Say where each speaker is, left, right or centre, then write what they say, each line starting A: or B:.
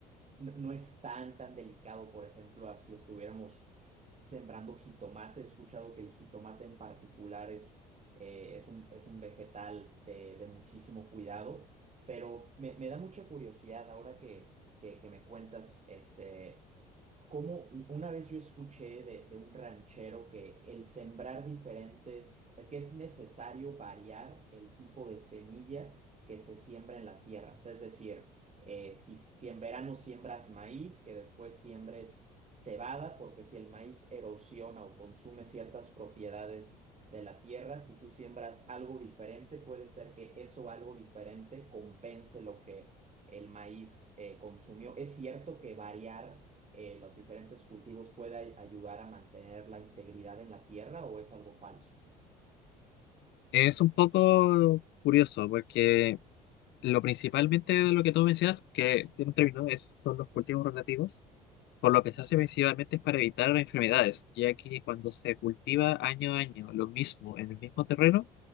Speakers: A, on the right; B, on the left.
A: no, no es tan, tan delicado, por ejemplo, así estuviéramos sembrando jitomate. He escuchado que el jitomate en particular es, eh, es un, es un vegetal de, de muchísimo cuidado, pero me, me da mucha curiosidad ahora que, que, que me cuentas este, como una vez yo escuché de, de un ranchero que el sembrar diferentes, que es necesario variar el tipo de semilla que se siembra en la tierra. O sea, es decir, eh, si, si en verano siembras maíz, que después siembres cebada, porque si el maíz erosiona o consume ciertas propiedades de la tierra, si tú siembras algo diferente, puede ser que eso algo diferente compense lo que el maíz eh, consumió. Es cierto que variar eh, los diferentes cultivos pueda ayudar a mantener la integridad en la tierra o es algo falso?
B: Es un poco curioso porque Lo principalmente de lo que tú mencionas, que tiene un término, es, son los cultivos rotativos, por lo que se hace principalmente es para evitar enfermedades, ya que cuando se cultiva año a año lo mismo en el mismo terreno,